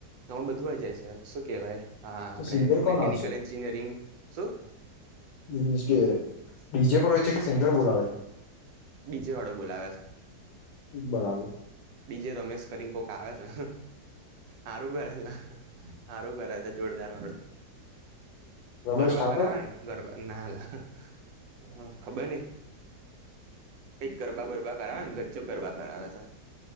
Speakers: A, on the right; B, on the left.
A: તમે બધું આય જાય છે શું કેવાય હા
B: તો
A: આપડે
B: સિંગર કોણ આવે છે
A: ઇન્જિનયરિંગ શું?
B: મિન્સ કે ડીજે પણ હોય છે કે સિંગર બોલાવે છે?
A: ડીજેવાળો બોલાવે છે.
B: બરાબર.
A: ડીજે રમેશ કરી કોક આવે છે સારું કરે. સારું કરે છે જોરદારવાળું
B: રમેશ
A: ગરબા
B: ઠાકોર
A: કરાવે ને ગરબા નાલા હ ખબર નઈ. કઈક ગરબા બરબા કરાવે ગજબ ગરબા કરાવે